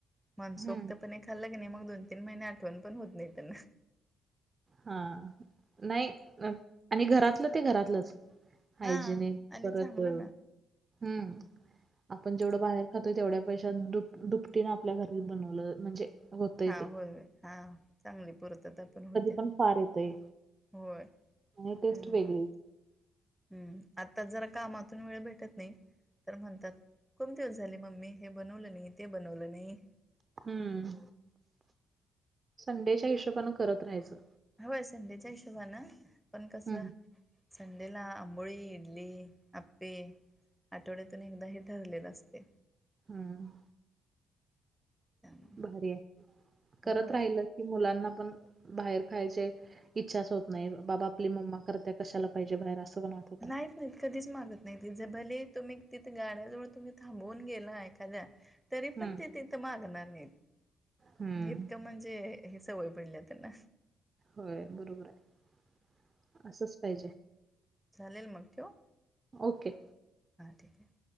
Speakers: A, in the centre; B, on the right.
A: मनसोक्त
B: हम्म
A: पण खाल्ला के नाही मग दोन तीन महिने आठवण पण होत नाही त्यांना.
B: हा नाही आणि घरातलं ते घरातलंच हायजेनिक
A: हा आणि
B: करत
A: चांगलं
B: हम्म
A: ना
B: आपण जेवढं बाहेर ह तो तेवढ्या पैशा दु दुपटीने आपल्या घरात बनवलं म्हणजे होतंय
A: हा
B: ते
A: होय हा चांगली पूर्तता पण होत्या
B: एकदम फार येत आहे
A: होय
B: आणि टेस्ट
A: मग
B: वेगळी
A: हम्म आता जरा कामातून वेळ भेटत नाही तर म्हणतात. कोण दिवस झाले मम्मी हे बनवलं नाही ते बनवलं नाही.
B: हम्म संडेच्या हिशोबनें करत राहायचं.
A: होय संडेच्या हिशोबने पण कसं
B: हम्म.
A: संडेला अंबोळी, इडली, अप्पे आठवड्यातून एकदा हे ठरलेलं असतय.
B: हम्म
A: त्यामुळे
B: भारी आहे करत
A: होय.
B: राहिल की मुलांना पण बाहेर खायचंय इच्छाच होत नाही बाबा आपली मम्मा करत्या कशाला पाहिजे बाहेर अस पण वाटतयं
A: नाहीत नाही कधीच मागत नाही ती भले तुम्ही तिथे गाड्याजवळ तुम्ही थांबवून गेला एखाद्या तरी पण
B: हम्म
A: ते तिथं मागणार नाहीत
B: हम्म
A: इतकं म्हणजे? ही सवय पडल्या त्यांना.
B: होय बरोबर आहे असंच पाहिजे.
A: चालेलं मग ठेवु.
B: ओके.
A: हा ठीक आहे